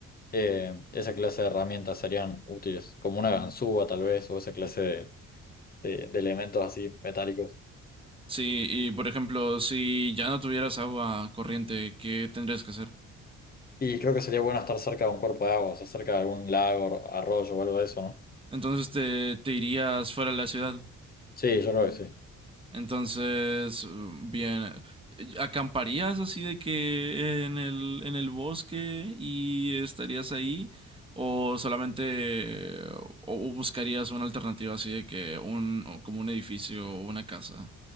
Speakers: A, on the left; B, on the right.
A: eh, esa clase de herramientas serían útiles, como una ganzúa tal vez, o esa clase de, de- de elementos así metálicos.
B: Sí, y por ejemplo, si ya no tuvieras agua corriente, ¿qué tendrías que hacer?
A: Y creo que sería bueno estar cerca de un cuerpo de agua, o sea, cerca de algún lago, arroyo o algo de eso, ¿no?
B: Entonces te, te irías fuera de la ciudad.
A: Sí, yo creo que sí.
B: Entonces, bien, ¿acamparías así de que en el, en el bosque y estarías ahí? ¿O solamente o buscarías una alternativa así de que un, como un edificio o una casa?